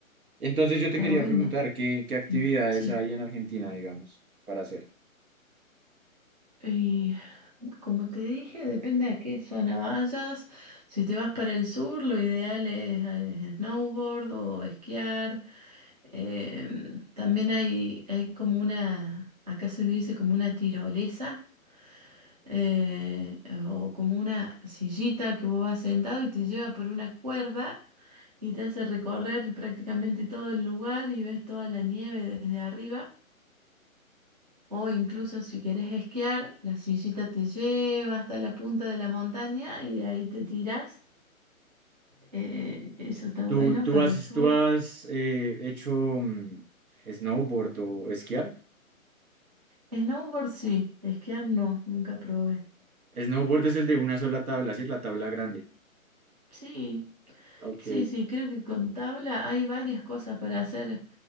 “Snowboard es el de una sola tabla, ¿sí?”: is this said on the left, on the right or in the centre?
Right